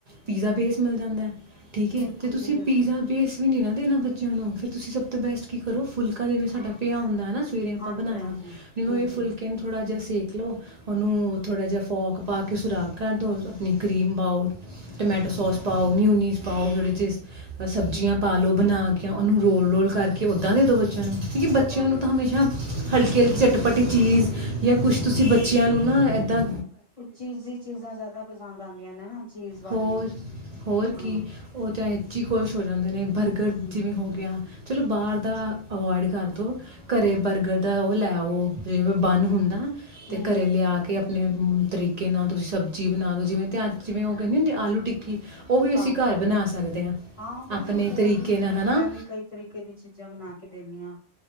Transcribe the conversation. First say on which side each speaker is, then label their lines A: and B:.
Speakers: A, on the right (about 55°); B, on the left (about 35°).
A: ਪੀਜ਼ਾ ਬੇਸ ਮਿਲ ਜਾਂਦਾ। ਠੀਕ ਏ
B: ਬਿਲਕੁਲ
A: ਜੇ ਤੁਸੀਂ
B: ਜੀ ਬਿਲਕੁਲ
A: ਪੀਜ਼ਾ ਬੇਸ ਨਹੀਂ ਨਾ ਦੇਣਾ ਬੱਚਿਆਂ ਨੂੰ ਫੇਰ ਤੁਸੀਂ ਸਭ ਤੋਂ ਬੈਸਟ ਕੀ ਕਰੋ ਫੁਲਕਾ ਜਿਵੇਂ ਸਾਡਾ ਪਿਆ ਹੁੰਦਾ ਨਾ ਸਵੇਰੇ ਆਪਾਂ
B: ਹਾਂਜੀ
A: ਬਣਾਇਆ,
B: ਹਾਂਜੀ
A: ਜਿਵੇਂ
B: ਹਮ
A: ਫੁਲਕੇ
B: ਹਮ
A: ਨੂੰ ਥੋੜ੍ਹਾ ਜਿਹਾ ਸੇਕ ਦੇਖ ਲੋ, ਉਹਨੂੰ ਥੋੜਾ ਜਿਹਾ ਫੋਕ ਪਾ ਕੇ ਸੁਰਾਗ ਕਰ ਦੋ, ਆਪਣੀ ਕਰੀਮ ਪਾਓ, ਟਮੈਟੋ ਸੋਸ ਪਾਓ, ਨਿੰ
B: ਹਮ
A: ਪਾਓ ਸਬਜ਼ੀਆਂ
B: ਹਮ
A: ਪਾ ਲਓ ਬਣਾ ਕੇ ਉਹਨੂੰ ਰੋਲ-ਰੋਲ ਕਰਕੇ ਓਦਾਂ ਦੇ ਦੋ ਬੱਚ ਬੱਚਿਆਂ ਨੂੰ, ਕਿਉਂਕਿ ਬੱਚਿਆਂ
B: ਓਦਾਂ ਦੇ
A: ਨੂੰ ਤਾਂ
B: ਦੋ
A: ਹਮੇਸ਼ਾ ਹਲਕੀ ਹਲਕੀ ਚਟਪੱਟੀ ਚੀਜ਼ ਯਾ ਕੁਛ ਤੁਸੀਂ ਬੱਚਿਆਂ ਨੂੰ ਨਾ ਇਦਾਂ
B: ਚੀਜ਼ੀ ਚੀਜ਼ਾਂ ਜ਼ਿਆਦਾ ਪਸੰਦ ਆਦੀਆਂ ਨੇ ਨਾ, ਚੀਜ਼ ਵਾਲੀਆਂ
A: ਹੋਰ ਹੋਰ ਕੀ
B: ਹਾਂ।
A: ਉਹ ਤਾਂ ਇਹ 'ਚ ਹੀ ਖੁਸ਼ ਹੋ ਜਾਂਦੇ ਨੇ, ਬਰਗਰ
B: ਹਮ
A: ਜਿਵੇਂ ਹੋ ਗਿਆ। ਚਲੋ ਬਾਹਰ ਦਾ ਅਵੋਇਡ ਕਰਦੋ ਘਰੇ ਬਰਗਰ ਦਾ ਉਹ ਲੈਓ, ਜਿਵੇਂ ਬੰਨ ਹੁੰਦਾ।
B: ਹਮ
A: ਤੇ ਘਰੇ
B: ਹਮ
A: ਲਿਆ ਕੇ ਆਪਣੇ ਤਰੀਕੇ ਨਾਲ ਤੁਸੀਂ ਸਬਜ਼ੀ ਬਣਾ ਦਿਉ, ਜਿਵੇਂ ਧਿਆਨ ਚ, ਜਿਵੇਂ ਔ ਕਹਿੰਦੇ ਨੀ ਹੁੰਦੇ ਆਲੂ ਟਿੱਕੀ। ਉਹ ਵੀ ਅਸੀਂ
B: ਆਲੂ
A: ਘਰ ਬਣਾ ਸਕਦੇ
B: ਹਾਂ ਬਿਲਕੁਲ
A: ਆਪਣੇ
B: ਬਹੁਤ
A: ਤਰੀਕੇ
B: ਈਜ਼ੀ
A: ਨਾਲ
B: ਹੈ,
A: ਨਾ
B: ਮੈਂ ਵੀ ਕਈ ਤਰੀਕੇ ਦੀ ਚੀਜ਼ਾਂ ਬਣਾ ਕੇ ਦਿੰਨੀ ਹਾਂ।